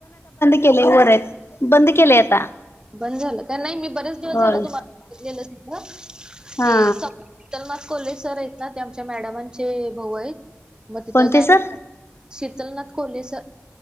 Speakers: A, on the left; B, on the right.
A: केलेय वर बंद केलेय आता
B: बंद झालं का नाही मी बरेच दिवस
A: होय
B: झाल तुम्हाला बघितलेल तिथ
A: हा
B: तर मग कोलेज सर आहेत ना ते आमच्या मॅडमांचे भाऊ आहेत मग तिथं
A: कोणते
B: गा
A: सर
B: शीतलनाथ कोल्हेस